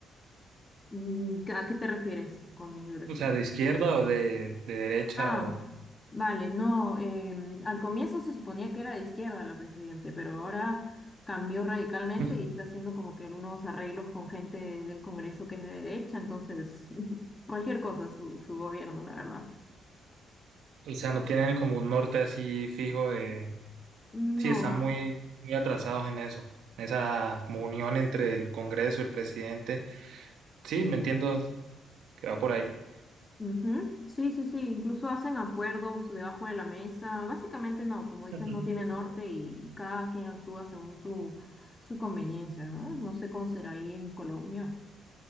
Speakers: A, on the left (about 25°); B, on the right (about 75°).
A: Mm, ¿A qué te refieres con ideología?
B: O sea, ¿de izquierda o de, de derecha?
A: Ah,
B: O...
A: vale, no, em, al comienzo se suponía que era de izquierda la presidente, pero ahora cambió radicalmente
B: <laughs>
A: y está haciendo como que algunos arreglos con gente del Congreso que es de derecha, entonces <laughs> cualquier cosa su, su gobierno, la verdad.
B: o sea, no tienen como un norte así fijo de...
A: No,
B: Sí, están muy, muy atrasados en eso, en esa como unión entre el Congreso, el presidente. Sí, me entiendo que va por ahí.
A: ujú, Sí, sí, sí, incluso hacen acuerdos debajo de la mesa, básicamente no, como dices,
B: Ujú.
A: no tiene norte y cada quien actúa según su, su conveniencia, ¿no? No sé cómo será ahí en Colombia.